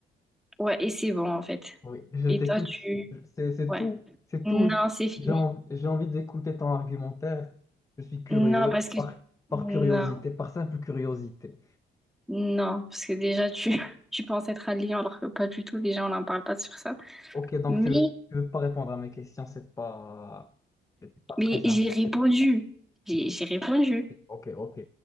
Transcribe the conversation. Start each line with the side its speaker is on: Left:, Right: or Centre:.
Centre: ouais, et c'est bon, en fait.
Left: Oui, je
Centre: Et
Left: t'écoute.
Centre: toi, tu...
Left: C'est, c'est
Centre: Ouais.
Left: tout. C'est
Centre: Non,
Left: tout.
Centre: c'est fini.
Left: J'ai envie, j'ai envie d'écouter ton argumentaire. Je suis curieux
Centre: Non, parce que...
Left: par, par
Centre: Non,
Left: curiosité, par simple curiosité.
Centre: non, parce que déjà, tu, <laughs> tu penses être un lion, alors que pas du tout, déjà, on n'en parle pas sur ça.
Left: Ok, donc
Centre: Mais...
Left: tu veux, tu veux pas répondre à mes questions, c'est pas, c'est pas
Centre: Mais
Left: très sympa.
Centre: j'ai répondu. J'ai j'ai répondu.
Left: Ok, ok.